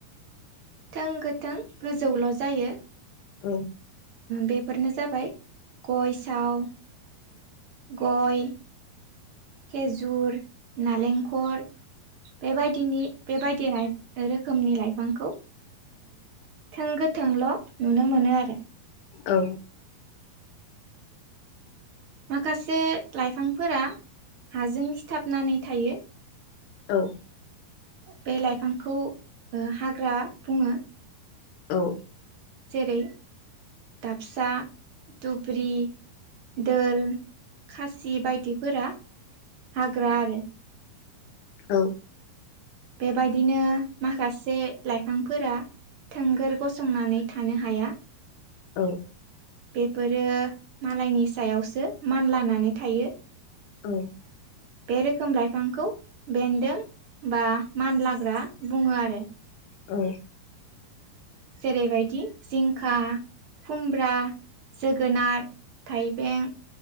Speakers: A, on the right; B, on the left.
A: थों गोथों गोजौल' जायो
B: ओम
A: बेफोरनो जाबाय गय साव गय खेजुर नालेंखर बेबायदिनि बेबायदि रोखोमनि लाइफांखौ थों गोथोंल' नुनो मोनो आरो
B: औ
A: माखासे लाइफांफोरा हाजों सिथाबनानै थायो।
B: औ
A: बे लाइफांखौ हाग्रा बुङो
B: औ
A: जेरै दाबसा दुब्रि दोल खासि बायदिफोरा हाग्रा आरो
B: औ
A: बेबायदिनो माखासे लाइफांफोरा थोंगोर गसंनानै थानो हाया
B: औ
A: बेफोरो मालायनि सायावसो मानलानानै थायो।
B: औ
A: बे रोखोम लाइफांखौ बेन्दों बा मानलाग्रा बुङो आरो
B: औ
A: जेरैबायदि जिंखा खुमब्रा जोगोनार थाइबें